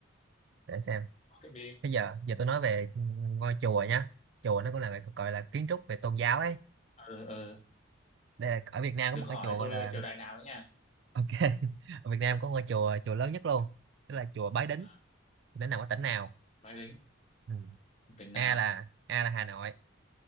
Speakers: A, on the right (about 60°); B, on the left (about 35°).
A: để xem
B: ok đi
A: Bây giờ giờ tôi nói về ngôi chùa nhá. Chùa nó cũng là gọi là kiến trúc về tôn giáo ấy.
B: ờ ờ
A: Đây là ở Việt Nam có
B: đừng
A: một
B: có
A: cái
B: hỏi
A: chùa gọi
B: tôi
A: là
B: ờ, triều
A: <laughs>
B: đại nào nữa nha
A: ok. Ở Việt Nam có ngôi chùa chùa lớn nhất luôn. Tức là chùa Bái Đính.
B: Ờ,
A: Nó nằm ở tỉnh nào?
B: máy đính
A: Ừ.
B: tỉnh nào
A: A là A là Hà Nội,